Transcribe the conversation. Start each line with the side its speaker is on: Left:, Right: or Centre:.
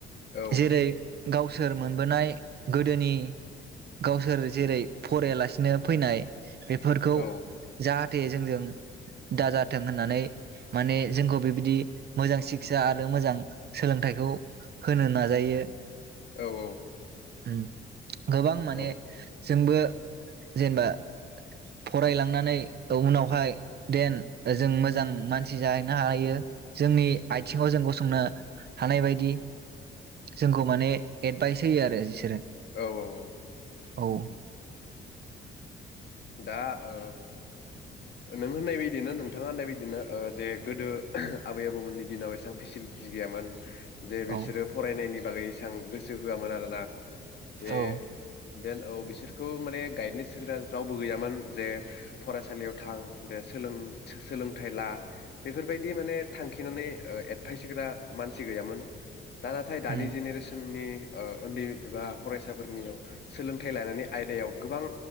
Left: औ
Right: जेरै गावसोर मोनबोनाय गोदोनि गावसोर जेरै फरायालासिनो फैनाय बेफोरखौ
Left: औ
Right: जाहाथे जोंजों दाजाथों होननानै माने जोंखौ बेबायदि मोजां शिक्षा आरो मोजां सोलोंथाइखौ होनो नाजायो।
Left: औ औ
Right: उम गोबां माने
Left: औ
Right: जोंबो जेनेबा फरायलांनानै उनावहाय देन जों मोजां मानसि जाहैनो हायो जोंनि आथिङाव जों गसंनो हानाय बायदि जोंखौ माने एद एदभाइस हैयो आरो बिसोरो
Left: औ औ औ
Right: औ
Left: दा ओ नों होननाय बायदिनो नोंथाङा होननाय बायदिनो ओ जे गोदो आबै आबौमोननि दिनाव ऐसां फेसिलिटि गैयामोन जे बिसोरो
Right: औ
Left: फरायनायनि बागै एसां गोसो होआमोन आरो ना
Right: औ
Left: दे देन औ बिसोरखौ माने गाइदनेस होग्रा रावबो गैयामोन जे फरायसालियाव थां दे सोलों सोलोंथाइ ला बेफोरबायदि माने थांखिनानै ओ एडभाइस होग्रा मानसि गैयामोन दा नाथाय दानि
Right: उम
Left: जेनेरेसननि ओ उन्दै एबा फरायसाफोरनियाव सोलोंथाइ लानायनि आयदायाव गोबां